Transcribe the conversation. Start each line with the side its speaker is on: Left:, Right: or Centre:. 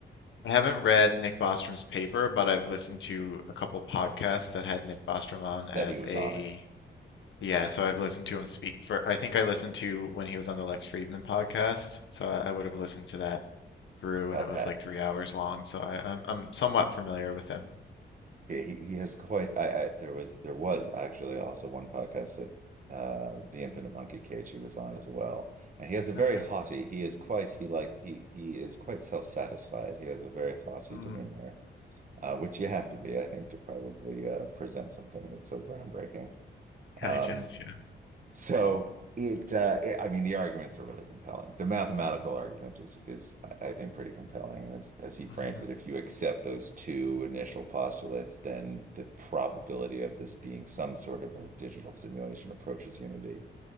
Left: I haven't read Nick Bostrom's paper but I've listened to a couple podcasts that had Nick Bostrom on as
Right: That he was
Left: a
Right: on it.
Left: Yeah, so I've listened to him speak for, I think I listened to when he was on the Lex Friedman podcast. So I, I would have listened to that through
Right: Okay.
Left: and it was like three hours long. So I, I'm, I'm somewhat familiar with him.
Right: He he he has quite. I, I there was there was actually also one podcast that uh the Infinite Monkey Cage he was on as well, and he has a very
Left: Okay.
Right: haughty. He is quite. He like he he is quite self-satisfied. He has a very haughty
Left: Mm,
Right: demeanor, uh, which you have to be, I think, to probably uh, present something that's so groundbreaking.
Left: <laughs>
Right: Um,
Left: I guess, yeah.
Right: so it, uh, it, I mean, the arguments are really compelling. The mathematical argument is, is I I think, pretty compelling. And as, as he frames
Left: hmm
Right: it, if you accept those two initial postulates, then the probability of this being some sort of a digital simulation approaches unity